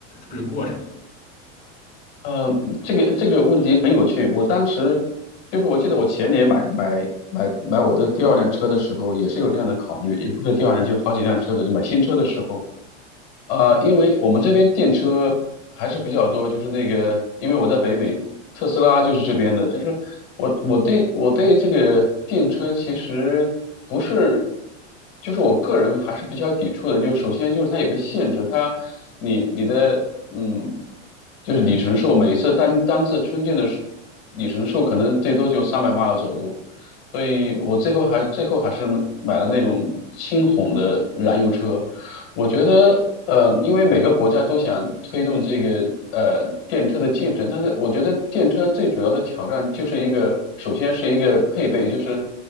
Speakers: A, on the left (about 20°); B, on the left (about 60°).
A: 这个过程？
B: 呃，这个这个问题很有趣。我当时就是我记得我前年买买买买我的第二辆车的时候，也是有这样的考虑，也不是第二辆，就是好几辆车的，就买新车的时候，呃，因为我们这边电车还是比较多，就是那个，因为我在北美，特斯拉就是这边的，就是我我对我对这个电车其实不是，就是我个人还是比较抵触的，就是首先就是它有个限制，它你你的嗯，就是里程数，每一次单单次充电的时里程数可能最多就三百 m i l 左右，所以我最后还最后还是买了那种轻混的燃油车。我觉得，呃，因为每个国家都想推动这个呃电车的进程，但是我觉得电车最主要的挑战就是一个，首先是一个配备，就是